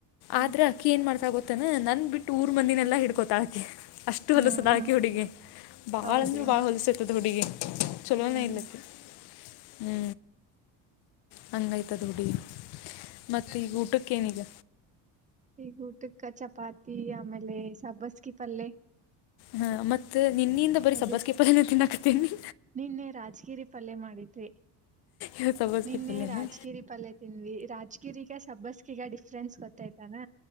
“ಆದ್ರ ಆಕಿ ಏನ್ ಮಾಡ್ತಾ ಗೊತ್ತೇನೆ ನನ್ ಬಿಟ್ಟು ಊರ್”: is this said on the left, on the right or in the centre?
Left